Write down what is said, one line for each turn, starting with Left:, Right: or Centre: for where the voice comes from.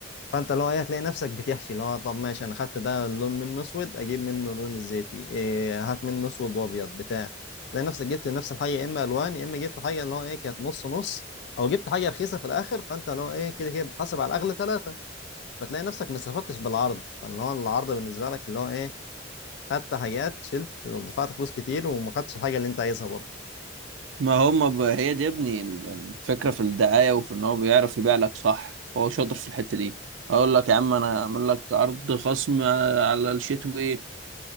Left: فانت لو ايه هتلاقي نفسك بتحشي اللي هو طب ماشي انا خدت ده اللون منه اسود اجيب منه اللون الزيتي إيه هات منه اسود وابيض بتاع تلاقي نفسك جبت نفس الحاجه يا اما الوان يا اما جبت حاجه اللي هو ايه كانت نص نص او جبت حاجه رخيصه في الاخر فانت اللي هو ايه كده كده بتحاسب على الاغلى ثلاثه فتلاقي نفسك ما استفدتش بالعرض فاللي هو العرض بالنسبه لك اللي هو ايه خدت حاجات شلت ودفعت فلوس كتير وما خدتش الحاجه اللي انت عايزها برضه
Right: ما هم ب... هي دي يا ابني الفكرة في الدعاية وفي ان هو بيعرف يبيع لك صح هو شاطر في الحتة دي اقول لك يا عم انا اعمل لك عرض خصم على الشتوي